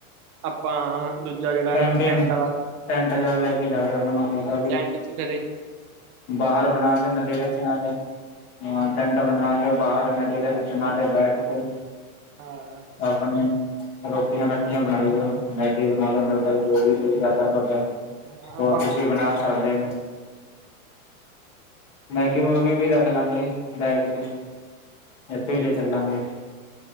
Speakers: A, on the right (about 80°); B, on the left (about 75°).
A: ਆਪਾਂ। ਦੂਜਾ ਜਿਹੜਾ
B: ਕੈਂਪਿੰਗ
A: ਟੈਂਟ ਆਲਾ,
B: ਟੈਂਟ ਜਾ ਲੈ ਕੇ ਜਾਵੇ ਆਪਣਾ
A: ਹ
B: ਉਹਦਾ ਵੀ
A: ਟੈਂਟ 'ਚ ਫਰੇ।
B: ਬਾਹਰ ਬਣਾ ਕੇ, ਨਦੀ ਦੇ ਕਿਨਾਰੇ। ਟੈਂਟ ਬਣਾ ਕੇ ਬਾਹਰ, ਨਦੀ ਦੇ ਕਿਨਾਰੇ ਬੈਠ ਕੇ।
A: ਹਾਂ।
B: ਆਪਣੇ ਰੋਟੀਆਂ-ਰਾਟੀਆਂ ਬਣਾਈ ਜਾਓ। ਮੈਗੀ ਬਣਾ ਲੋ, ਨਿਊਡਲ ਜੋ ਵੀ ਦਿਲ ਕਰਦਾ ਤੁਹਾਡਾ,
A: ਹਾਂ ਆਪਾਂ
B: ਉਹ ਤੁਸੀਂ ਬਣਾ ਸਕਦੇ ਹੋ। ਮੈਗੀ-ਮੂਗੀ ਵੀ ਰੱਖ ਲਾਂਗੇ, ਬੈਗ 'ਚ ਇੱਥੇ ਹੀ ਲੈ ਚੱਲਾਂਗੇ।